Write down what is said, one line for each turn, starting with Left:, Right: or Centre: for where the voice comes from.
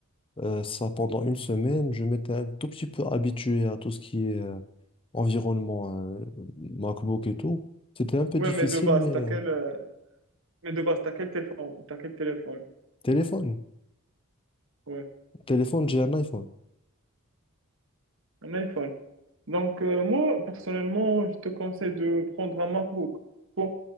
Left: euh, ça pendant une semaine. Je m'étais un tout petit peu habitué à tout ce qui est euh, environnement euh, MacBook et tout. C'était un peu
Right: Ouais,
Left: difficile,
Right: mais de base,
Left: mais
Right: t'as
Left: euh,
Right: quel, euh, mais de base, t'as quel téléphone? T'as quel téléphone?
Left: téléphone.
Right: Ouais,
Left: Téléphone, j'ai un iPhone.
Right: un iPhone. Donc, euh, moi, personnellement, je te conseille de prendre un MacBook. Bon,